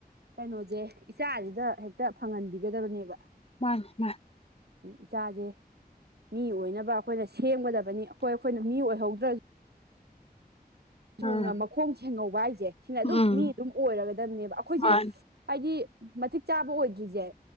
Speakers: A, on the right; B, on the left.
A: ꯀꯩꯅꯣꯁꯦ ꯏꯆꯥꯁꯤꯗ ꯍꯦꯛꯇ ꯐꯪꯍꯟꯕꯤꯒꯗꯕꯅꯦꯕ꯫
B: ꯃꯥꯅꯤ ꯃꯥꯅꯤ꯫
A: ꯏꯆꯥꯁꯦ꯫ ꯃꯤ ꯑꯣꯏꯅꯕ ꯑꯩꯈꯣꯏꯅ ꯁꯦꯝꯒꯗꯕꯅꯤ ꯑꯩꯈꯣꯏ ꯑꯩꯈꯣꯏꯅ ꯃꯤ ꯑꯣꯏꯍꯧꯗ꯭ꯔꯁꯨ ꯍꯧꯅ
B: ꯎꯝ
A: ꯃꯈꯣꯡ ꯁꯦꯡꯍꯧꯕ ꯍꯥꯏꯁꯦ ꯁꯤꯅ ꯑꯗꯨꯝ
B: ꯎꯝ
A: ꯃꯤ ꯑꯗꯨꯝ ꯑꯣꯏꯔꯒꯗꯕꯅꯦꯕ ꯑꯩꯈꯣꯏꯁꯦ
B: ꯃꯥꯅꯦ
A: ꯍꯥꯏꯗꯤ ꯃꯇꯤꯛ ꯆꯥꯕ ꯑꯣꯏꯗ꯭ꯔꯤꯁꯦ